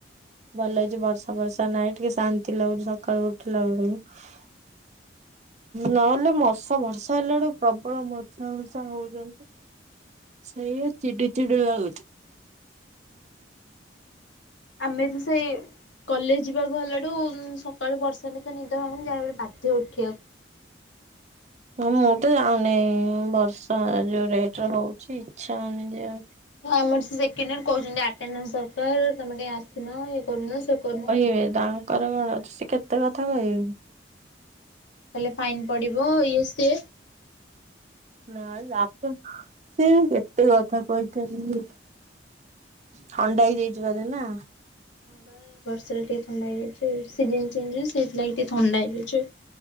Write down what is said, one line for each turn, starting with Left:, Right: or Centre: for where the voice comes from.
Right: ଭଲ ହେଇଛି ବର୍ଷା ବର୍ଷା ନାହିଁ ଟିକେ ଶାନ୍ତି ଲାଗୁଛି ସକାଳୁ ଉଠିଲ ବେଳକୁ ନଅ ହେଲେ ମଷା ବର୍ଷା ହେଲା ବେଳକୁ ପ୍ରବଳ ମର୍ଷା ବର୍ଷା ହଉଛନ୍ତି। ସେୟା ଚିଡି ଚିଡି ଲାଗୁଛି।
Left: ଆମେ ତ ସେଇ କଲେଜ ଯିବାକୁ ହେଲାଠୁ ସକାଳୁ ବର୍ଷା ନେଇ ତ ନିଦ ଭାଙ୍ଗୁନି ଯାହା ବି ବାଧ୍ୟ ଉଠିଆକୁ।
Right: ହଁ ମୁଁ ତ ଯାଉନି ବର୍ଷା ଯୋଉ ରେଟରେ ହଉଛି ଇଚ୍ଛା ହଉନି ଯିବାକୁ।
Left: ହଁ ଆମର ସେକେଣ୍ଡ ୟର କହୁଛନ୍ତି ଆଟେଣ୍ଡନସ ଦରକାର ତମେ କାଇଁ ଆସୁନ ଇଏ କରୁନ ସେ କରୁନ।
Right: ହେ ତା କର କଣ ଅଛି ସେ କେତେ କଥା କହିବେ।
Left: ତାହଲେ ଫାଇନ୍ ପଡ଼ିବ ଇଏ ସେ
Right: ନାଇଁ ଲାପଟପ୍ ସେ କେତେ କଥା କହିଛନ୍ତି। ଥଣ୍ଡା ହେଇଯାଇଛିି ବୋଧେ ନାଁ?
Left: ହଁ ବା ଏଇ ବର୍ଷା ଟିକେ ଥଣ୍ଡା ହେଇଯାଉଛି ସିଜନ ଚେଞ୍ଜ ସେଇଥିଲାଗି ଟିକେ ଥଣ୍ଡା ହେଇଯାଉଛି।